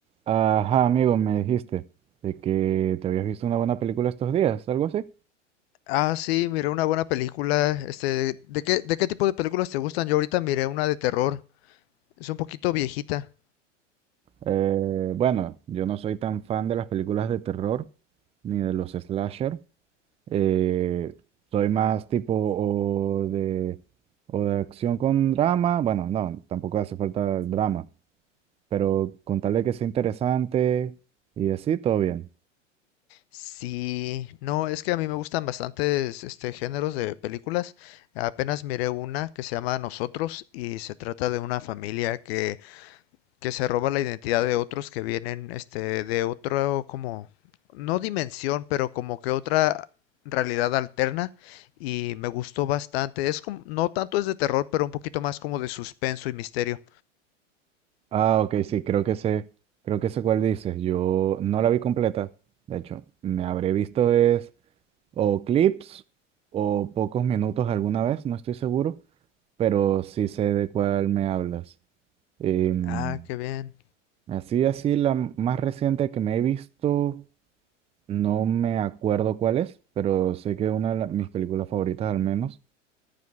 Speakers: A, on the right; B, on the left.
A: Ajá, amigo, me dijiste de que te habías visto una buena película estos días, algo así.
B: Ah, sí, miré una buena película. Este, ¿de qué, de qué tipo de películas te gustan? Yo ahorita miré una de terror. Es un poquito viejita.
A: Eh, bueno, yo no soy tan fan de las películas de terror ni de los slasher. Eh, soy más tipo o de, o de acción con drama. Bueno, no, tampoco hace falta drama, pero con tal de que sea interesante y así, todo bien.
B: Sí, no, es que a mí me gustan bastantes este géneros de películas. Apenas miré una que se llama Nosotros y se trata de una familia que que se roba la identidad de otros que vienen este de otro como no dimensión, pero como que otra realidad alterna y me gustó bastante. Es como no tanto es de terror, pero un poquito más como de suspenso y misterio.
A: Ah, ok, sí, creo que sé, creo que sé cuál dices. Yo no la vi completa, de hecho, me habré visto es o clips o pocos minutos alguna vez, no estoy seguro, pero sí sé de cuál me hablas. Em,
B: Ah, qué bien.
A: así, así, la m- más reciente que me he visto, no me acuerdo cuál es, pero sé que una de la- mis películas favoritas al menos,